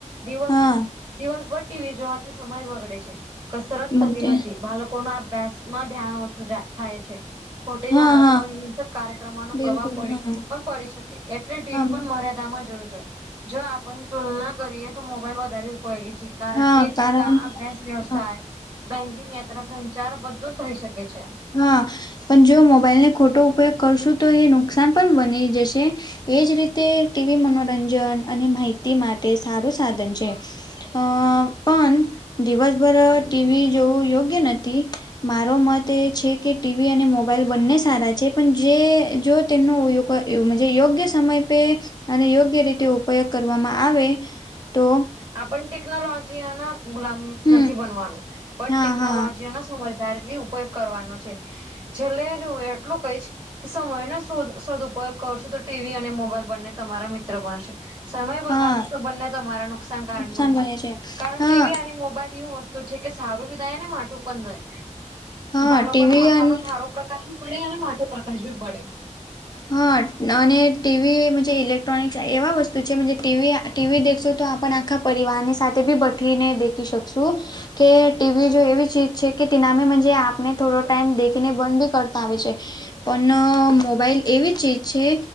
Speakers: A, on the right; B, on the left.
A: દિવસ
B: હા
A: દિવસભર ટીવી જોવાથી સમય બગડે છે, કસરત
B: મજે
A: થતી નથી બાળકો કો ના અભ્યાસ માં ધ્યાન ઓછું થાય છે. ખોટી
B: હા
A: જ હારતો
B: હા
A: અને હિન્સક કાર્યક્રમોનો
B: બિલકુલ
A: પ્રભાવ પડી
B: હા
A: પણ પડી શકે એટલે ટીવી
B: આમ
A: પણ મર્યાદા જોવું જોઈએ જો આપ તુલના કરીએ તો મોબાઈલ વધારે ઉપયોગી છે. કારણ
B: હા
A: એથી
B: કારણ
A: આ બેસ્ટ વ્યવસાય
B: હા
A: બેન્કિંગ યાત્રા સંચાર બધું જ થઈ શકે છે.
B: હા પણ જો મોબાઈલ ને ખોટો ઉપયોગ કરશું તો એ નુકસાન પણ બની જશે. એજ રીતે ટીવી મનોરંજન અને માહિતી માટે સારું સાધન છે. અ પણ દિવસભર ટીવી જોવું યોગ્ય નથી મારો મત છે કે ટીવી અને મોબાઈલ બંને સારા છે પણ જે જો તેનો યોગ યોગ્ય સમય પે અને યોગ્ય રીતે ઉપયોગ કરવામાં આવે તો
A: આ પણ ટેકનોલોજીઅન ગુલામ
B: હમ
A: નથી બનવાનું પણ
B: હા
A: ટેકનોલોજીના
B: હા
A: સમઝ સમજદારથી પયોગ કરવાનો છે, છેલ્લે જો એટલું કઈશ કે સમય નો સુદ સદુપયોગ કરશો તો ટીવી અને મોબાઈલ બંને તમારા મિત્ર બનશે. સમય બગાડશો
B: હા
A: તો બંને તમારા નુકસાનકારક
B: નુકસાન
A: બનશે
B: બને છે
A: કારણ
B: હા
A: ટીવી અને મો મોબાઈલ એવું વસ્તુ છે કે સારું બી દાય ને માથું પણ જાય
B: હા
A: બાળકો
B: ટીવી
A: ના માથામાં
B: અને
A: સારો પ્રકાશ ભી પડે અને માથે પ્રકાશ બી પડે
B: હા અને ટીવી મનજે ઇલેક્ટ્રોનિક્સ એવા વસ્તુ છે જે ટીવી ટીવી દેખશું તો આપણ આખા પરિવારની સાથે બી બેઠીને દેખી શકશું કે ટીવી જો એવી ચીજ છે કે તિનામે મનજે આપને થોડો ટાાઈમ દેખને બંધ ભી કરતા આવે છે પણ મોબાઈલ એવી ચીજ છે